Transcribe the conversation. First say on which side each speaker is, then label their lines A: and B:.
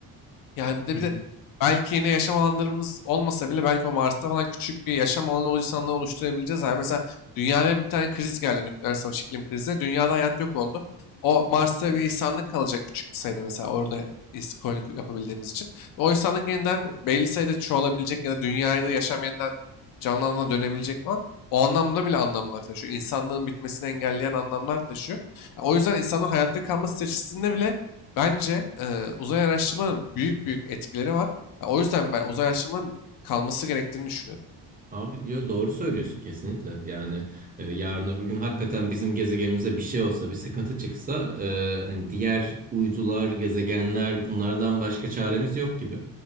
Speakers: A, on the left; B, on the right.
A: Yani bir de
B: hı
A: bir
B: hı.
A: de belki yine yaşam alanlarımız olmasa bile belki o Mars'ta falan küçük bir yaşam alanı o insanla oluşturabileceğiz. Yani mesela dünyaya bir tane kriz geldi nükleer savaş iklim krizi. Dünyada hayat yok oldu. O Mars'ta bir insanlık kalacak küçük bir sayıda mesela orada is- koloni yapabildiğimiz için. Ve o insanlık yeniden belli sayıda çoğalabilecek ya da dünyada yaşam yeniden canlanana dönebilecek falan. O anlamda bile anlamlar taşıyor. İnsanlığın bitmesini engelleyen anlamlar taşıyor. O yüzden insanın hayatta kalma stratejisinde bile Bence eee, uzay araştırmanın büyük büyük etkileri var. Ya, o yüzden ben uzay araştırmanın kalması gerektiğini düşünüyorum.
B: Abi yo, doğru söylüyorsun kesinlikle. Yani e, yarın öbür gün hakikaten bizim gezegenimize bir şey olsa, bir sıkıntı çıksa e, hani diğer uydular, gezegenler bunlardan başka çaremiz yok gibi.